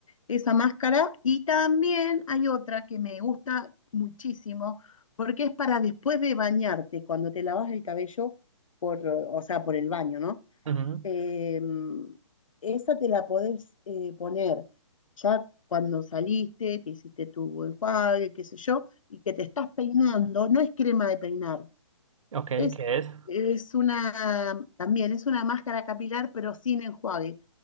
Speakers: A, on the left; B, on the right.
A: esa máscara. Y también hay otra que me gusta muchísimo, porque es para después de bañarte, cuando te lavas el cabello, por, o sea, por el baño, ¿no?
B: Ujú.
A: Eh, esa te la podés eh, poner ya cuando saliste, te hiciste tu enjuague, qué sé yo, y que te estás peinando, no es crema de peinar,
B: Ok,
A: es,
B: ¿qué es?
A: es una, también es una máscara capilar, pero sin enjuague.